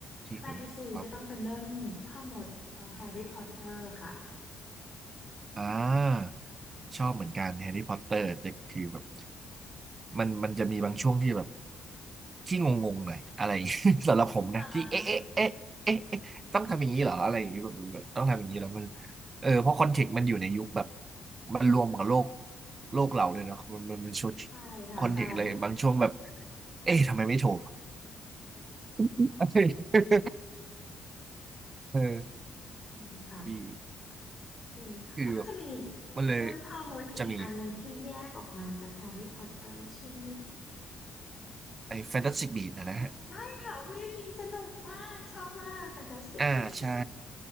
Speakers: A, on the right (about 35°); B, on the left (about 40°).
A: ที่คุณออฟ
B: แฟนตาซีก็ต้องเป็นเรื่องพ่อมดเอ่อแฮร์รี่พอตเตอร์ค่ะ
A: อ่าชอบเหมือนกันแฮร์รี่พอตเตอร์แต่คือแบบมันมันจะมีบางช่วงที่แบบ
B: ดู
A: ที่งงๆหน่อยอะไร <laughs> สำหรับผมนะที่เอ๊ะเอ๊ะเอ๊ะเอ๊ะเอ๊ะต้องทำอย่างนี้เหรออะไรอย่างนี้แบบแบบต้องทำอย่างนี้แล้วมัน
B: ฮ่าฮ่าฮ่า
A: เออเพราะคอนเทกต์มันอยู่ในยุคแบบมันรวมกับโลกโลกเราเลยเนอะมันมันเป็นชุด
B: ใช่ค่ะใช่
A: คอนเทกต์อะไรบางช่วงแบบเอ๊ะทำไมไม่โทร <laughs> เออ
B: จริงค่ะ
A: มี
B: ดีค่ะแล้วมันจะมี
A: คือแบบมันเลย
B: เรื่องพ่อมดอีกอันหนึ่งที่แยกออกมาจากแฮร์รี่พอตเตอร์ชื่อ
A: จะมีไอ้แฟนตาสติกบีนะนะฮะ
B: อ่ะใช่ค่ะอุ้ยอันนี้สนุกมากชอบมาก Fantastic
A: อ่าใช่
B: Beasts